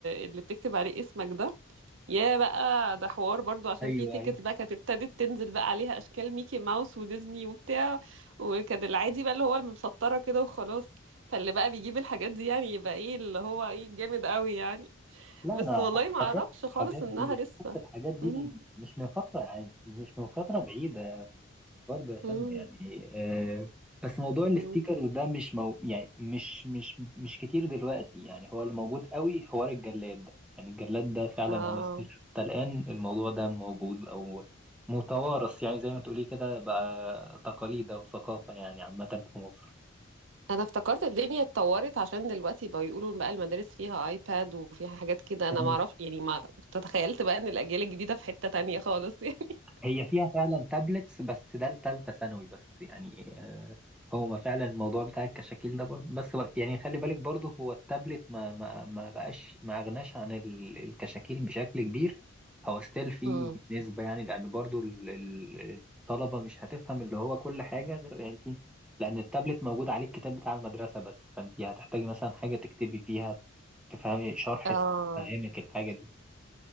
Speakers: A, on the right; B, in the centre.
A: اللي بتكتب عليه اسمك ده يا بقى ده حوار برضو عشان
B: ايوه
A: في تيكت
B: أيوة.
A: بقى كانت ابتدت تنزل بقى عليها اشكال ميكي ماوس وديزني وبتاع وكان العادي بقى اللي هو المسطره كده وخلاص فاللي بقى بيجيب الحاجات دي يعني يبقى ايه اللي هو ايه جامد قوي يعني
B: لا
A: بس
B: انا
A: والله
B: ح-
A: ما اعرفش
B: حضرت
A: خالص
B: الحاجات
A: انها
B: دي
A: لسه
B: حضرت الحاجات دي,
A: مم.
B: دي مش من فتره يعني مش من فتره بعيده برضه يا سلمى
A: مم.
B: يعني آه بس موضوع الستيكرز
A: مم.
B: ده مش مو يعني مش مش مش كتير دلوقتي يعني هو اللي موجود قوي حوار الجلاد ده يعني الجلاد ده فعلا
A: اه
B: هو ستيكر حتى الان الموضوع ده موجود او متوارث يعني زي ما تقولي كده بقى تقاليد او ثقافه يعني عامه في مصر
A: انا افتكرت الدنيا اتطورت عشان دلوقتي بقى يقولوا بقى المدارس فيها ايباد وفيها حاجات كده
B: ف
A: انا ما اعرف يعني ما كنت تخيلت بقى ان الاجيال الجديده في حته تانية خالص <laughs> يعني
B: هي فيها فعلا تابلتس بس ده لتالتة ثانوي بس يعني آه، هو فعلا الموضوع بتاع الكشاكيل ده برضه بس بر- يعني خلي بالك برضه هو التابلت ما ما ما بقاش ما أغناش عن ال- الكشاكيل بشكل كبير هو ستيل في
A: مم.
B: نسبة يعني لأن برضه ال- ال- الطلبة مش هتفهم اللي هو كل حاجة غير يعني انت لأن التابلت موجود عليه الكتاب بتاع المدرسة بس فأنت هتحتاجي مثلا حاجة تكتبي فيها تفهمي شرح
A: اه
B: تفهمك الحاجة دي